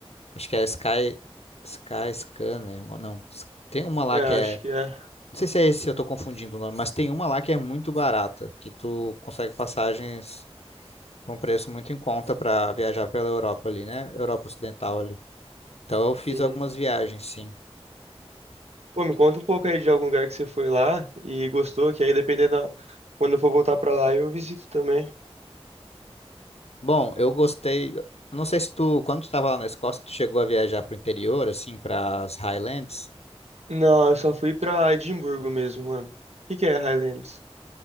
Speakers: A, on the left; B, on the right.
A: Acho que é a Sky, Sky Scanner, uma- não. S- Tem uma lá
B: É,
A: que
B: acho
A: é,
B: que é.
A: não sei se é esse, eu tô confundindo o nome, mas tem uma lá que é muito barata, que tu consegue passagens com um preço muito em conta para viajar pela Europa ali, né? Europa Ocidental ali. Então eu fiz
B: Uhum.
A: algumas viagens, sim.
B: Pô, me conta um pouco aí de algum lugar que você foi lá e gostou, que aí dependendo da... quando eu for voltar pra lá, eu visito também.
A: Bom, eu gostei. Não sei se tu, quando tu estava lá na Escócia, tu chegou a viajar para o interior, assim, para as Highlands.
B: Não, eu só fui pra Edimburgo mesmo, mano. O que que é Highlands?